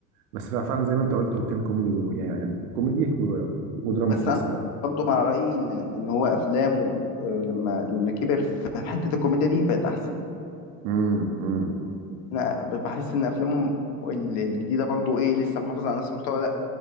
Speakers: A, on the right; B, on the left.
A: بس فعلا زي ما انت قلت هو كان كوميدي و- يعني يعني كوميدي و- ودراما
B: بس
A: في
B: انا
A: نفس الوقت
B: برضو مع رايي ان ان هو افلامه آه لما لما كبر في حته الكوميديا دي بقت احسن
A: امم امم
B: انا بحس ان افلامه ال- الجديده برضو ايه لسه محافظه على نفس المستوى لا